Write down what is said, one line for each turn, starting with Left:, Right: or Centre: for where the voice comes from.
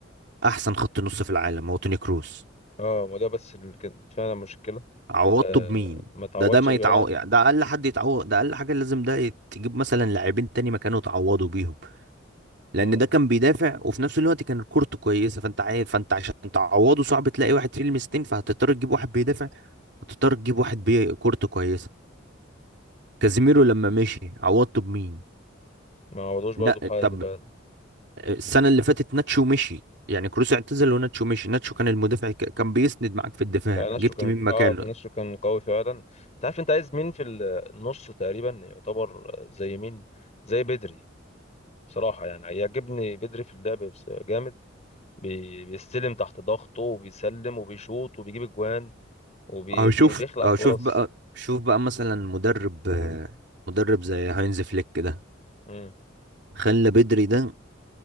Right: احسن خط نص في العالم هو توني كروس
Left: اه ما ده بس اللي كانت فعلا مشكلة
Right: عوضته
Left: آه
Right: بمين
Left: ما تعوضش
Right: ده ده ما
Left: فعلا
Right: يتعوض يعني ده اقل حد يتعوض ده اقل حاجة لازم ده تجيب مثلا لاعبين تاني مكانه تعوضوا بيهم لان
Left: مم.
Right: ده كان بيدافع وفي نفس الوقت كان الكورته كويسه فانت عارف فانت عشان تعوضه صعب تلاقي واحد فيه لمستين فهتضطر تجيب واحد بيدافع وتضطر تجيب واحد بيه كورته كويسه كازيميرو لما مشي عوضته بمين
Left: ما عوضوش برضه
Right: لا
Left: بحد
Right: طب
Left: فعلا
Right: السنه اللي فاتت ناتشو مشي يعني كروس اعتزل وناتشو مشي ناتشو كان المدافع ك- كان بيسند معاك في الدفاع
Left: يعني نشو
Right: جبت
Left: كان
Right: مين مكانه
Left: اه نشو كان قوي فعلا انت عارف انت عايز مين في النص تقريبا يعتبر زي مين زي بدري صراحة يعني يعجبني بدري في اللعب بس- جامد بي- بيستلم تحت ضغطه وبيسلم وبيشوط وبيجيب اجوان وبيخلق
Right: اهو شوف اهو
Left: فرص
Right: شوف بقى شوف بقى مثلا مدرب آه، مدرب زي هاينز فليك ده
Left: امم
Right: خلى بدري ده